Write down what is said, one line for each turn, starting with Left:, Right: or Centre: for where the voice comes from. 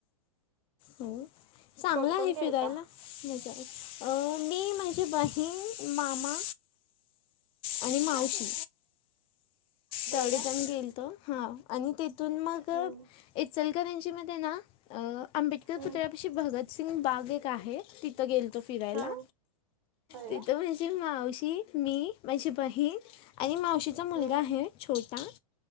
Left: हो चांगला
Right: कोण
Left: आहे
Right: कोण गेलता
Left: फिरायला मजा अं मी माझी बहीण मामा आणि मावशी
Right: होय
Left: तेवढे
Right: काय
Left: जन गेलतो आणि तेथून मग
Right: हम्म
Left: इचलकरंजी मध्ये ना अं आंबेडकर
Right: हम्म
Left: पुतळ्यापाशी भगतसिंग बाग एक आहे तिथं गेलतो फिरायला
Right: हा होय
Left: तिथं
Right: काय
Left: म्हणजे मावशी मी माझी बहीण आणि मावशीचा मुलगा
Right: हम्म
Left: आहे छोटा